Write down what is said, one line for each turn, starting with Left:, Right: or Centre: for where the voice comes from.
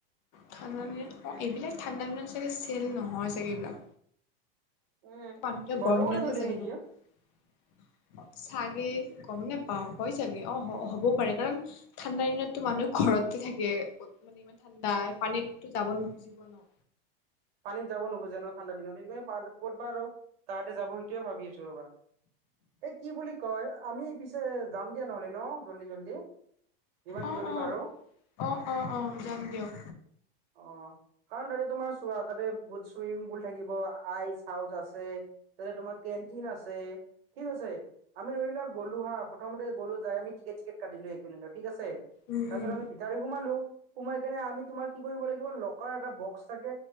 Left: ঠাণ্ডা দিনত অ', এইবিলাক ঠাণ্ডা দিনত চাগে চেল নহয় চাগে এইবিলাক।
Right: উম
Left: মানুহ বিলাক
Right: বন্ধ
Left: গৰম
Right: কৰি
Left: দিনতহে
Right: থৈ দিয়ে
Left: যায় ন',
Right: নেকি
Left: চা কি গ'ম নোপাও হয় চাগে অহ হব-হ'বও পাৰে কাৰণ ঠাণ্ডা দিনততো মানুহ ঘৰতে থাকে। কত মানে ইমান ঠাণ্ডা পানীততো যাব নোখুজিব ন',
Right: পানিত যাব নোখোজে ন' ঠাণ্ডা দিনত এইটো কাৰণে কতবা ৰও তাহাতে যাব সেইটোৱে ভাবি আছো ৰবা এই কি বুলি কয় আমি পিছে যাম দিয়া নহলে ন' জল্দি- জল্দি ইবাৰ
Left: অ
Right: যদি
Left: অ
Right: পাৰো।
Left: অ অ অ যাম দিয়ক
Right: অহ, কাৰণ তাতে তোমাৰ টোহাৰ তাতে বহুত চুইমিং পুল থাকিব আইচ- হাউচ আছে তাতে তোমাৰ কেনটিন আছে ঠিক আছে আমি ধৰি লোৱা গ'লো হা প্ৰথমতে গলো যাই আমি টিকেট- চিকেট কাটিলো একুলেন্দত ঠিক আছে
Left: উম
Right: তাৰ
Left: উম
Right: পিছত আমি ভিতাৰে সোমালো। সোমাই কেনে আমি তোমাৰ কি কৰিব লাগিব লকাৰ এটা বক্স থাকে